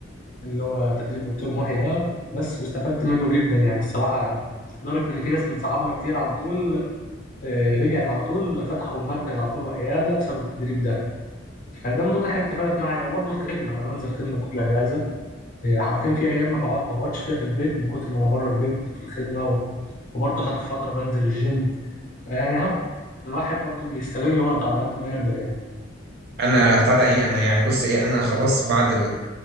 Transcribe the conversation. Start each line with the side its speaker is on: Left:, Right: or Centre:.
Left: اللي هو تدريب دكتور محي ده بس واستفدت منه جدا يعني الصراحه لدرجه ان في ناس من صحابنا كتير على طول آه، رجعت على طول فتحوا المركز على طول وعياده بسبب التدريب ده فده من ضمن الحاجات اللي فرقت معايا وبرضه الخدمه انا بنزل خدمه كل اجازه إيه، حرفيا في ايام ما بقعد- ما بقعدش فيها في البيت من كتر ما انا بره البيت في الخدمه و- وبرضه خدت فتره بنزل الجيم يعني هو كان الواحد برضه بيستغل وقته على قد ما يقدر يعني
Right: انا بتاع ده ايه انا يعني بص ايه انا خلاص بعد